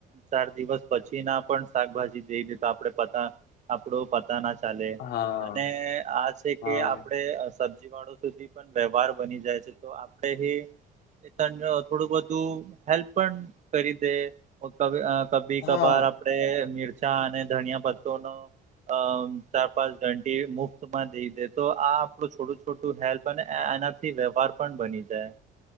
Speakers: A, on the right; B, on the left.
A: ચાર દિવસ પછી ના પણ શાકભાજી કેય દેય તો આપડે પતા આપડો પતા ના ચાલે
B: હા
A: અને આ છે
B: હા
A: કે આપણે સબજી વાળો સુધી પણ વ્યવહાર બની જાય છે તો આપડે હિ એ તને થોડું બધું હેલ્પ પણ કરી દે. વો કભી
B: હા
A: કભાર આપડે મિરચા અને ધનિયાપતો નો અ ચાર પાંચ દડી મુફ્તમાં દઈ દે તો આ આપડું છોડું થોડું હેલ્પ અને એનાથી વ્યવહાર પણ બની જાય